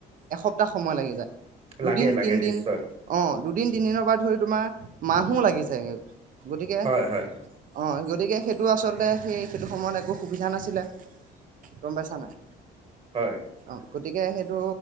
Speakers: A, on the right; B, on the right.
A: এসপ্তাহ সময় লাগি যায়।
B: লাগে
A: দুদিন
B: লাগে
A: তিনিদিন
B: নিশ্চয়
A: অ' দুদিন তিনিদিনৰ পৰা ধৰি তোমাৰ মাহো লাগি যায়গে। গতিকে
B: হয় হয়
A: অ', গতিকে সেইটো আচলতে সেই সেইটো সময়ত একো সুবিধা নাছিলে, গম পাইছা নাই?
B: হয়
A: অ' গতিকে সেইটো